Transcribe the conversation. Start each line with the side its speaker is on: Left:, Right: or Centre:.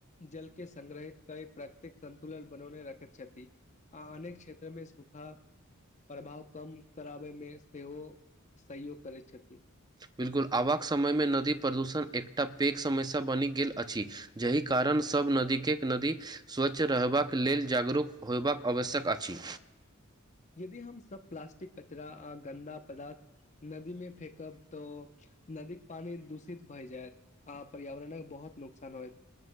Left: जल के सग्रहित कई प्राकृतिक संन्तुलन बनैने रखैत छथि आ अनेक क्षेत्र मे सुखा प्रभाव कम कराबै मे सेहो सहयोग करैत छथिन
Right: बिल्कुल आबाक समय मे नदी प्रदूषण एकटा पैघ समस्या बनि गेल अछि जहि कारण सभ नदीे के नदी स्वच्छ रहबाक लेल जागरूक होयबाक आवश्यक अछि
Left: यदि हम सब प्लास्टिक कचरा आ गन्दा पदार्थ नदी मे फेेकब तऽ नदी पानी दूषित भय जायत आ पर्यावरणक बहुत नुकसान होयत